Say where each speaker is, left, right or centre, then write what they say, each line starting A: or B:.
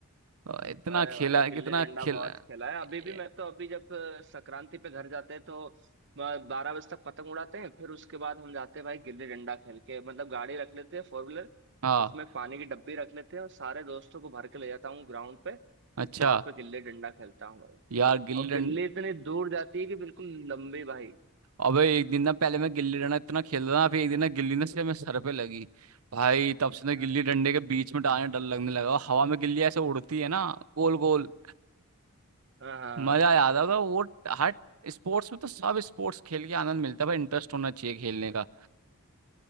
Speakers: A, on the right (about 75°); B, on the right (about 55°).
A: और इतना
B: अरे
A: खेला
B: भाई
A: कितना
B: गिल्ली डंडा
A: खेला
B: बहुत खेला है अभी
A: ये-
B: भी मैं तो अभी जब अ, संक्रांति पे घर जाते हैं तो बारह बजे तक पतंग उड़ाते हैं फिर उसके बाद हम जाते हैं भाई गिल्ली डंडा खेल के मतलब गाड़ी रख लेते हैं फोर व्हीलर
A: हाँ
B: उसमें पानी की डब्बी रख लेते हैं और सारे दोस्तों को भर के ले जाता हूँ ग्राउंड पे
A: अच्छा
B: वहां पे गिल्ले डंडा खेलता हूँ भाई
A: यार गिल्ली
B: और
A: डंडा
B: गिल्ले इतने दूर जाती है कि बिल्कुल लंबे भाई
A: अबे एक दिन ना पहले मैं गिल्ली डंडा इतना खेलता था ना फिर एक दिन ना गिल्ली ना से मेरे सर पे लगी भाई तब से ना
B: हाँ
A: गिल्ली डंडे के बीच में डालने डर लगने लगा और हवा में गिल्ली ऐसे उड़ती है ना गोल गोल
B: हाँ हाँ
A: मजा
B: हाँ।
A: आ जाता था वो हर स्पोर्ट्स में तो सब स्पोर्ट्स खेल के आनंद मिलता है भाई इंटरेस्ट होना चाहिए खेलने का